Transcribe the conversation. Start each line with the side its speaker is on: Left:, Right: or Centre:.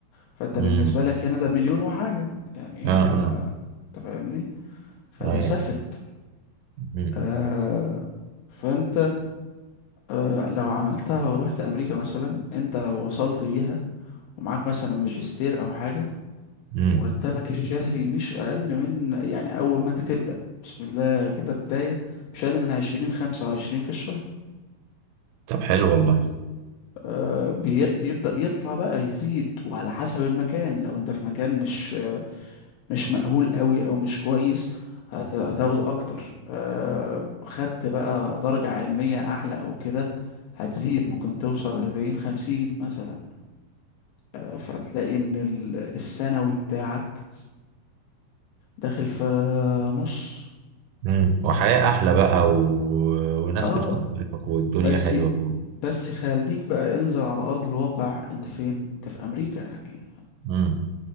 Left: فانت بالنسبة
Right: امم
Left: لك هنا ده مليون وحاجة يعني
Right: اه
Left: آه،
Right: اه
Left: انت فاهمني فده
Right: ايوه
Left: سافرت
Right: امم
Left: آه فانت آه لو عملتها ورحت أمريكا مثلا انت لو وصلت بيها ومعاك مثلا ماجستير أو حاجة
Right: امم
Left: مرتبك الشهري مش أقل من يعني أول ما أنت تبدأ بسم الله كده بداية مش أقل من عشرين خمسة وعشرين في الشهر
Right: طب حلو والله
Left: آه، بي- بيبدأ يطلع بقى يزيد وعلى حسب المكان لو أنت في مكان مش آه، مش مأهول قوي أو مش كويس هت- هتاخد أكتر آه، خدت بقى درجة علمية أعلى أو كده هتزيد ممكن توصل أربعين خمسين مثلا آه، فتلاقي إن ال- السنوي بتاعك داخل في نص
Right: امم وحياه احلى بقى و... وناس
Left: اه
Right: بتقدرك والدنيا
Left: بس
Right: حلوه
Left: بس خليك بقى انزل على أرض الواقع أنت فين؟ أنت في أمريكا يعني
Right: امم